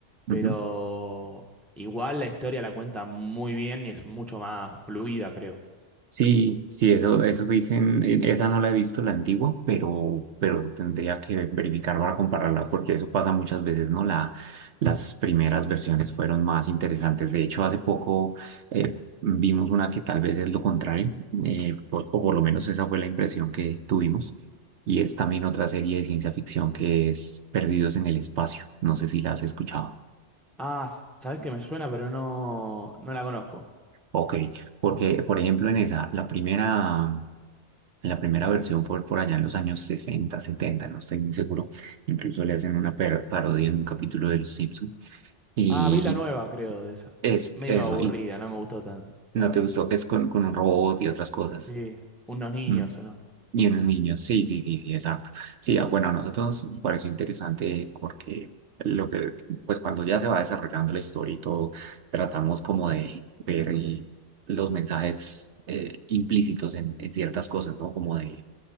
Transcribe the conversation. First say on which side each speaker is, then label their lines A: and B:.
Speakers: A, in the centre; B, on the right.
A: pero
B: ujú.
A: igual la historia la cuenta muy bien y es mucho más fluida, creo.
B: Sí, sí, eso, eso dicen, en- esa no la he visto la antigua, pero, pero tendría que verificar para compararla, porque eso pasa muchas veces, ¿no? La, las primeras versiones fueron más interesantes. De hecho, hace poco eh, vimos una que tal vez es lo contrario, eh, por- o por lo menos esa fue la impresión que tuvimos, y es también otra serie de ciencia ficción que es Perdidos en el Espacio. No sé si la has escuchado.
A: Ah, sabes que me suena, pero no, no la conozco.
B: Ok. Porque, por ejemplo, en esa, la primera La primera versión fue por allá en los años 60 setenta no estoy muy seguro. Incluso le hacen una per- parodia en un capítulo de Los Simpson. Y,
A: Ah, vi la nueva, creo, de esa.
B: y es
A: Medio
B: eso,
A: aburrida,
B: y
A: no me gustó tanto,
B: no
A: la verdad.
B: te gustó que es con, con un robot y otras cosas.
A: Sí, unos niños,
B: Mm.
A: ¿o no?
B: Y unos niños, sí, sí, sí, sí, exacto. Sí, ah, bueno, a nosotros nos pareció interesante porque lo que, pues cuando ya se va desarrollando la historia y todo, tratamos como de ver eh, los mensajes eh, implícitos en, en ciertas cosas, ¿no? Como de